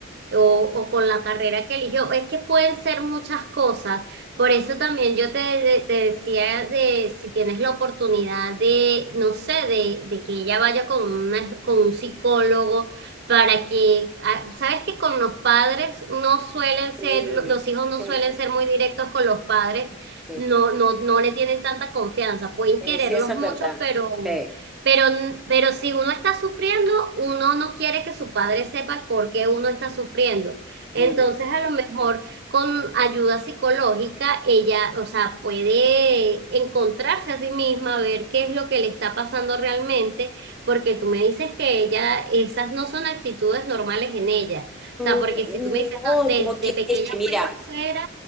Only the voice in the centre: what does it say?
Sí,
sí,
po,
sí,
po.
Sí,
sí, eso
es verdad.
Sí.
Mm.
Mm,
mm,
No,
como que
es que mira,